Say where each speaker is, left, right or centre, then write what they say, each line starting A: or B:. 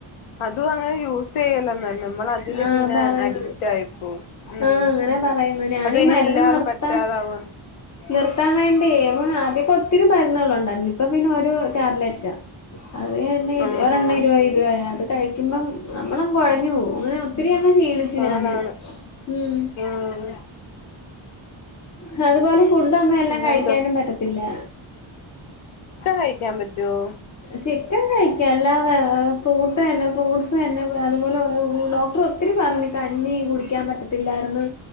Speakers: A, on the left; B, on the left.
A: അതും അങ്ങനെ ചെയ്യല്ലെന്ന നമ്മൾ അതില്
B: ആഹ്
A: പിന്നെ
B: പറയാ
A: ആയി പോവും ഉം
B: ആഹ് അങ്ങനെ പറയെന്ന്‌ ഞാനീ
A: അത് പിന്നെ
B: മരുന്ന്
A: ഇല്ലാതെ
B: നിർത്താൻ
A: പറ്റാതാവും
B: നിർത്താൻ വേണ്ടിയേ ആദ്യക്കെ ഒത്തിരി മരുന്നുകളൊണ്ടായിരുന്നു ഇപ്പ പി പിന്നെ ഒരു ടാബ്ല റ്റാ അത് ന്നെ ഇര്
A: ഉം
B: ഒരെണ്ണം
A: ഉം
B: ഇരുപത് രൂപയാണ്ട്‌ കഴിക്കുമ്പം നമ്മളങ്ങ് കൊഴഞ്ഞു പോവും അങ്ങനെ ഒത്തിരി അങ്ങ് ക്ഷീണിച്ച് ഞാന്
A: ആണാണ്
B: ഉം
A: ഉം
B: <unintelligible> ഫുഡൊന്നും എല്ലാം
A: പിന്നെന്താ
B: കഴിക്കാനും പറ്റത്തില്ലാ
A: കഴിക്കാൻ പറ്റുവോ
B: ചിക്കൻ കഴിക്കാം അല്ലാതെ ഫ്രൂട്ട് തന്നെ ഫ്രൂട്ട്സ് തന്നെ അതുപോലെ ഡോക്ടർ ഒത്തിരി പറഞ്ഞ് കഞ്ഞി കുടിക്കാൻ പറ്റത്തി ല്ലായിരുന്ന്‌